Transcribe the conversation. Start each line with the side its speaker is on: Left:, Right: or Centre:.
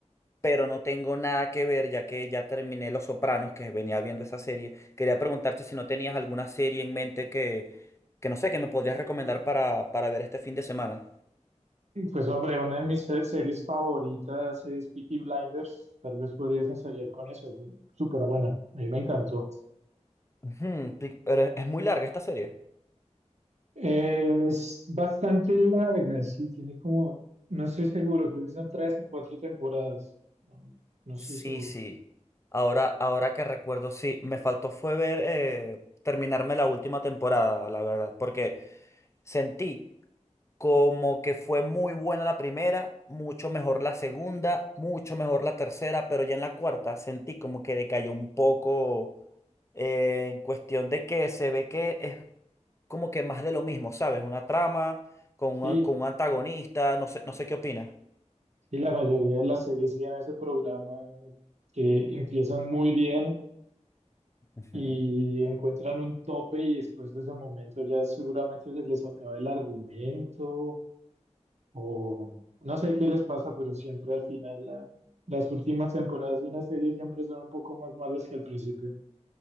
Left: pero no tengo nada que ver, ya que ya terminé Los Sopranos, que venía viendo esa serie, quería preguntarte si no tenías alguna serie en mente que, que no sé, que me podrías recomendar para, para ver este fin de semana.
Right: pues hombre, una de mis se- series favoritas es Peaky Blinders. Tal vez podrías ensayar con eso. Es súper buena. A mí me encantó.
Left: Ujú, pi- pero es es muy larga esta serie.
Right: Es bastante larga, sí. Tiene como, no estoy seguro, creo que son tres o cuatro temporadas. No, no estoy
Left: Sí,
Right: seguro.
Left: sí. Ahora, ahora que recuerdo, sí, me faltó fue ver eh, terminarme la última temporada, la verdad, porque sentí como que fue muy buena la primera, mucho mejor la segunda, mucho mejor la tercera, pero ya en la cuarta sentí como que decayó un poco eh, en cuestión de que se ve que es como que más de lo mismo, ¿sabes? Una trama con
Right: Sí,
Left: un, con un antagonista, no sé, no sé qué opinas.
Right: y la mayoría de las series tienen ese programa que empiezan muy bien.
Left: Ujú.
Right: y encuentran un tope y después de ese momento ya seguramente se les acaba el argumento o no sé qué les pasa, pero siempre al final la- las últimas temporadas de una serie siempre son un poco más malas que al principio.